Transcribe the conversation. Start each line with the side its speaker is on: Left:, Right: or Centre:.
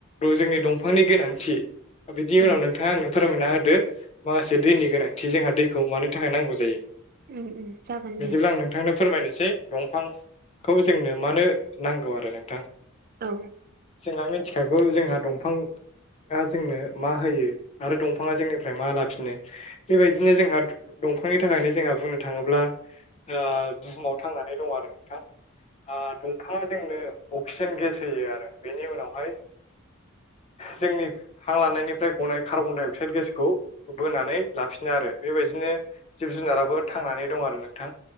Left: जोंनि दंफांनि गोनांथि बिनि
Right: उम
Left: उनाव नोंथाङा आंनो फोरमायना होदो माखासे दैनि गोनांथि जोंहा दैखौ मानो थाखाय नांगौ जायो।
Right: उम उम जागोन
Left: बिदिब्ला
Right: दे
Left: आं नोंथांनो फोरमायनोसै दंफांखौ जोंनो मानो नांगौ आरो नोंथां
Right: औ
Left: जोंहा मिथिखागौ जोंहा दंफां जोंनो मा होयो आरो दंफाङा जोंनिफ्राय मा लाफिनो। बेबायदिनो जोंहा दंफांनि थाखायनो जोंहा बुंनो थाङोब्ला ओ बुहुमाव थांनानै दं आरो नोंथां। आं दंफाङा जोंनो अक्सिजेन गेस होयो आरो बेनि उनावहाय जोंनि हां लानायनिफ्राय गनाय कार्बन डाइ अक्साइद गेसखौ बोनानै लाफिनो आरो बेबायदिनो जिब जुनाराबो थांनानै दं आरो नोंथां